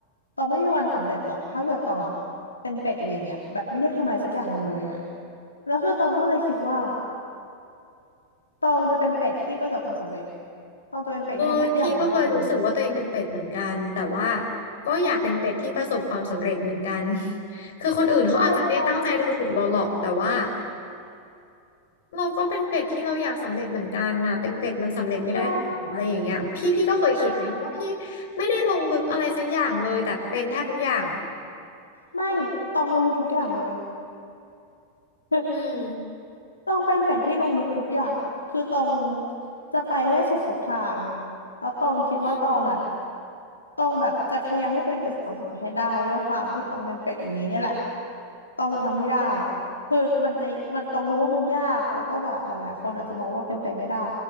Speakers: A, on the left; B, on the left.
A: ตองไม่มีวันสำเร็จหรอกถ้าเกิดตองอ่ะเป็นเป็ดอยู่อย่างเงี้ยแบบไม่เลือกทำอะไรสักอย่างหนึ่งเลยอะแล้วคือตองก็เลยคิดว่าตองจะเป็นเป็ดที่ประสบความสำเร็จตองจะเป็นเป็ดที่ทำทุกอย่างบนโลกเนี้ย
B: เอ้ยพี่ก็เคยรู้สึกว่าตัวเองเป็นเป็ดเหมือนกันแต่ว่าก็อยากเป็นเป็ดที่ประสบความสำเร็จเหมือนกัน <laughs> คือคนอื่นเขาอาจจะไม่ได้ตั้งใจดูถูกเราหรอกแต่ว่า
A: ใช่ตอง
B: เราก็เป็นเป็ดที่เราอยากสำเร็จเหมือนกันนะเป็นเป็ดมันสำเร็จไม่ได้เลยหรออะไรอย่างเงี้ยพี่พี่ก็เคยคิดนะเพราะว่าพี่
A: ใช่ใช่
B: ไม่ได้ลงลึกอะไรสักอย่างเลยแต่เป็นแทบทุกอย่างอ่ะ
A: ไม่ตองลงลึกทุกอย่างเลย <laughs>
B: อืม
A: ต้องเป็นเป็ดที่ลงลึกทุกอย่างคือตองจะไปให้สุดทุกทาง แล้วตองคิดว่าตองอ่ะ
B: อืม
A: ตองแบบจะพยายามให้ตัวเองประสบความสำเร็จให้ได้ด้วยความที่ตองเป็นเป็ดอย่างนี้เนี่ยแหละตองจะทำให้ได้คือมันจะมันตองรู้ว่ามันยากแล้วก็แบบหลายๆคนอาจจะมองว่าเป็นไปไม่ได้